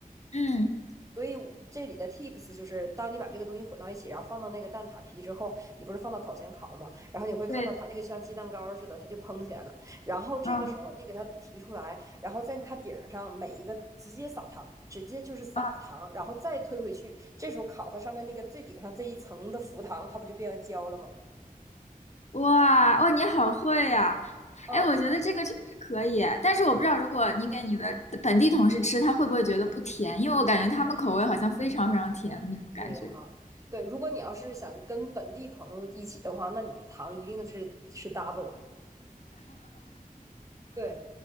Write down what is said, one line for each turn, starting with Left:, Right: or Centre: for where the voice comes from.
Left: 嗯，
Right: 所以这里的 tips 就是，当你把这个东西混到一起，然后放到那个蛋挞皮之后，你不是放到烤箱烤吗？然后你会看到它那个像鸡蛋糕似的，
Left: 对，
Right: 它就蓬起来了。然后这个时候你给它提出来，
Left: 嗯
Right: 然后在它顶上每一个直接撒糖，直接就是撒糖，
Left: 嗯，
Right: 然后再推回去。这时候烤它上面那个最顶上这一层的浮糖，它不就变成焦了吗？
Left: 哇哦，你好会呀、
Right: 嗯。
Left: 哎，我觉得这个确实可以，但是我不知道如果你给你的本地同事吃，他会不会觉得不甜？因为我感觉他们口味好像非常非常甜的那种感觉。
Right: 对哈，对，如果你要是想跟本地朋友一起的话，那你的糖一定是是 double 的。对